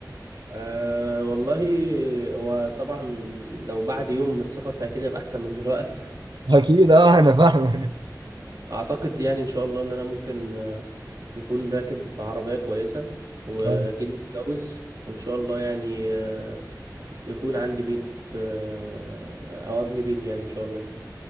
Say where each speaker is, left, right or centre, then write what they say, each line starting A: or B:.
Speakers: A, on the right; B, on the right.
A: أه والله هو طبعا لو بعد يوم من السفر فأكيد هيبقى أحسن من دلوقتي
B: <laughs> اكيد اه انا فاهمك
A: <laughs> أعتقد يعني إن شاء الله إن أنا ممكن آه، يكون راكب عربية كويسة وأكيد
B: اه
A: متجوز وإن شاء الله يعني آه، يكون عندي بيت في آه، أو أبني بيتي يعني إن شاء الله